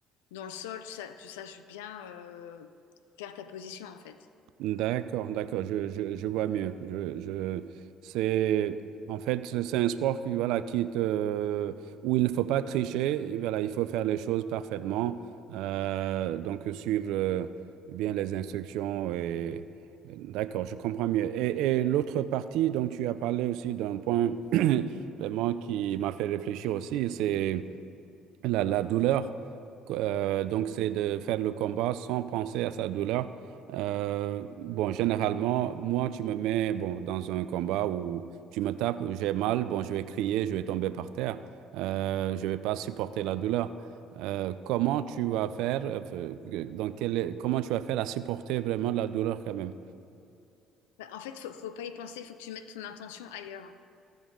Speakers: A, on the left; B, on the right.
A: dans le sol, tu, sa- tu saches bien euh, faire ta position en fait.
B: D'accord, d'accord, je, je, je vois mieux. Je, je, c'est, en fait, c'est un sport qui, voilà, qui te- où il ne faut pas tricher, et voilà, il faut faire les choses parfaitement, euh, donc suivre euh, bien les instructions. Et, d'accord, je comprends mieux. Et, et l'autre partie dont tu as parlé aussi d'un point <clears throat> vraiment qui m'a fait réfléchir aussi, c'est la, la douleur, euh, donc c'est de faire le combat sans penser à sa douleur. Euh, bon, généralement, moi, tu me mets bon, dans un combat où tu me tapes, j'ai mal, bon, je vais crier, je vais tomber par terre, euh, je vais pas supporter la douleur. Euh, comment tu vas faire, euh, donc, quel est- comment tu vas faire à supporter vraiment la douleur quand même?
A: Bah, en fait, faut, faut pas y penser, il faut que tu mettes ton intention ailleurs.